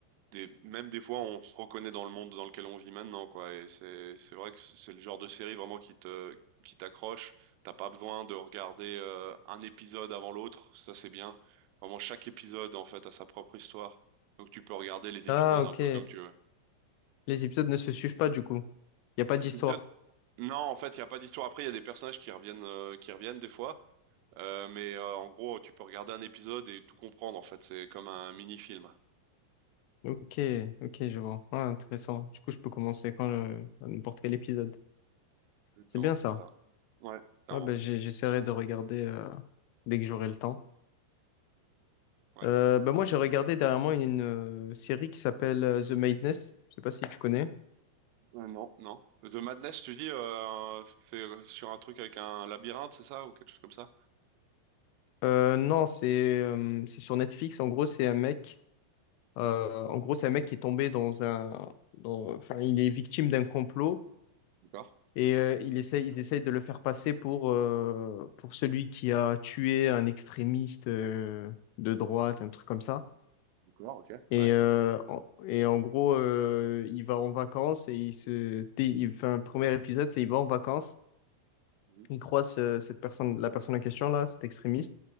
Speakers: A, on the right (about 90°); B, on the left (about 90°).
A: des, même des fois, on se reconnaît dans le monde dans lequel on vit maintenant, quoi. Et c'est, c'est vrai que c'est le genre de série vraiment qui te, qui t'accroche. T'as pas besoin de regarder euh, un épisode avant l'autre. Ça, c'est bien. Vraiment, chaque épisode, en fait, a sa propre histoire. Donc, tu peux regarder les épisodes
B: Ah, ok.
A: un peu comme tu veux.
B: Les épisodes ne se suivent pas, du coup. Il n'y a pas d'histoire.
A: Les épisodes, non, en fait, il n'y a pas d'histoire. Après, il y a des personnages qui reviennent, euh, qui reviennent des fois. Euh, mais euh, en gros, tu peux regarder un épisode et tout comprendre, en fait. C'est comme un mini-film.
B: Ok, ok, je vois. Ah, intéressant. Du coup, je peux commencer quand je- à n'importe quel épisode.
A: Exactement,
B: C'est bien ça.
A: c'est ça. Ouais, clairement.
B: Ah, ben, j'ai- j'essaierai de regarder euh, dès que j'aurai le temps.
A: Ouais.
B: Euh, ben, moi, j'ai regardé dernièrement une, une, euh, série qui s'appelle euh, The Madness. Je sais pas si tu connais.
A: Euh, non, non. The Madness, tu dis, euh, c'est sur un truc avec un labyrinthe, c'est ça, ou quelque chose comme ça?
B: Euh, non, c'est euh, c'est sur Netflix. En gros, c'est un mec. euh, en gros, c'est un mec qui est tombé dans un. dans- enfin, il est victime d'un complot
A: D'accord,
B: Et euh, il essaie, ils essayent de le faire passer pour, euh, pour celui qui a tué un extrémiste euh, de droite, un truc comme ça.
A: d'accord, ok.
B: Et,
A: Ouais.
B: euh, en, et en gros, euh, il va en vacances et il se... dé- il- Enfin, le premier épisode, c'est il va en vacances
A: Mhm.
B: il croit ce- cette personne, la personne en question là, cet extrémiste,